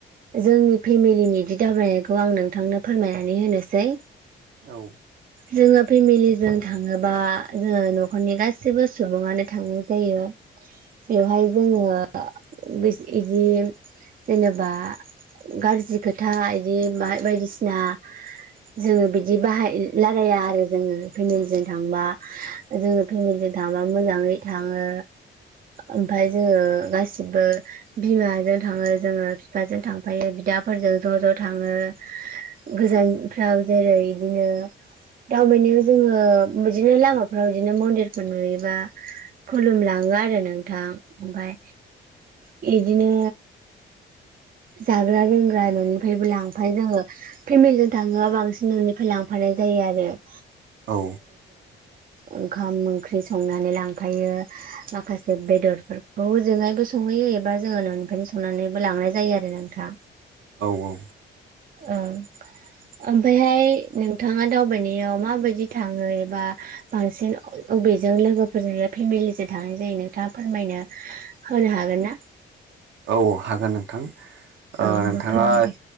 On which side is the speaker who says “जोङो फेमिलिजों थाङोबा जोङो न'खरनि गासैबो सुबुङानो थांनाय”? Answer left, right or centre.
Right